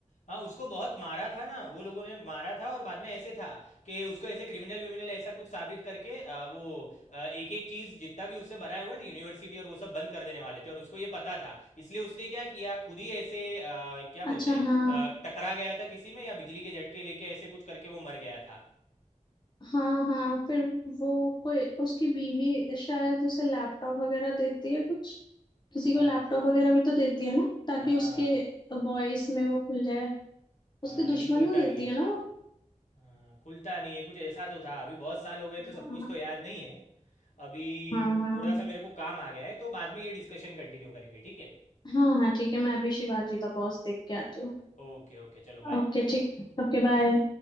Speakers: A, on the left (about 70°); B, on the left (about 35°).
A: हाँ उसको बहुत मारा था ना वो लोगों ने मारा था और बाद में ऐसे था कि उसको ऐसे क्रिमिनल विमिनल ऐसा कुछ साबित करके आ, वो एक एक चीज जितना भी उससे बनाया हुआ है ना यूनिवर्सिटी और वो सब बंद कर देने वाले थे और उसको ये पता था इसलिए उसने क्या किया खुद ही ऐसे आ, क्या
B: अच्छा
A: बोलते हैं
B: हाँ
A: आ, टकरा गया था किसी में या बिजली के झटके लेके ऐसे कुछ करके वो मर गया था
B: हाँ हाँ फिर वो कोई उसकी बीवी शायद उसे लैपटॉप वगैरह देती है कुछ किसी
A: हाँ
B: को लैपटॉप वगैरह भी तो देती है ना ताकि
A: हाँ
B: उसके वॉइस में वो खुल जाए उसके
A: हाँ
B: दुश्मन
A: लेकिन खुलता
B: को देती
A: नहीं है
B: है ना वो
A: हाँ, खुलता नहीं है कुछ ऐसा तो था अभी बहुत साल हो गए तो
B: हाँ
A: सब कुछ तो याद नहीं है अभी
B: हाँ हाँ
A: थोड़ा सा मेरे को काम आ गया है तो बाद में ये डिस्कशन कंटिन्यू करेंगे ठीक है
B: हाँ हाँ, ठीक है मैं अभी शिवाजी द बॉस देख के आती हूँ
A: ओके ओके चलो बाय
B: ओके ठीक Okay bye